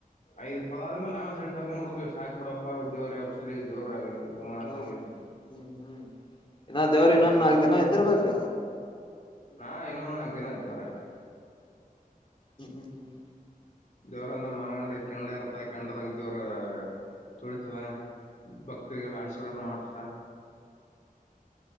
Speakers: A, on the left; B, on the left.
A: ಐದ್ ಪದ ಆದ್ಮೇಲೆ ನಾವ್ ಸೈಡ್ ಸರ್ಕೊಂಡ್ ಬಿಡ್ತತಿವಿ ಸಾಕಕ್ ಬಿಡಪ್ಪಾ ದೇವರಿ ಹಸ ದವರ ಇದು ಮಾಡಂತ
B: ಹ್ಮ್ ಹ್ಮ್ ಹ್ಮ್ ಇನ್ನ ದೇವ್ರ
A: ಅಲ್ಲೇ
B: ಇನ್ನೊನ್
A: ತನ
B: ನಾಲ್ಕ್
A: ಆದ್ರೂನು
B: ದಿನ ಇದರ್ಬೇಕ
A: ನಾ ಇನ್ನೊ ಒಂದ್ ನಾಲ್ಕು ದಿನ ಆಯ್ತವರ ಅಷ್ಟ
B: ಹ್ಮ್ ಹ್ಮ್ ಹ್ಮ್
A: ದೇವರ ಅಂದ್ರ ಮನಗಂಡ ಕೆಂಡ ಇರ್ತ ಕಟದಾಗ ದೇವರ ತೊಳಿತವೆ ಭಕ್ತರಿಗೆಲ್ಲ ಆಶೀರ್ವಾದ ಮಾಡ್ತವೆ